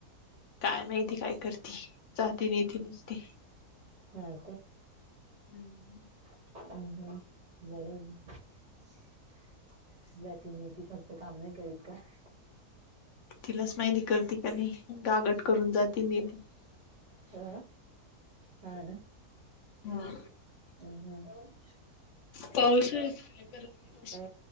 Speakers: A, on the left; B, on the right.
A: काय माहिती काय करती. <unintelligible> जात नाहीतील नुसती
B: हा
A: हम्. <unintelligible>
B: अ हा बरं ना. <unintelligible> प्रतिनी फक्त काम नाही करीत का? <unintelligible>
A: तिलाच माहिती करते का नाही गागड करून जाती न ती. <unintelligible>
B: हा हा ना
A: हा
B: हम् हम. <unintelligible>
A: पाऊसच घरात बस
B: अ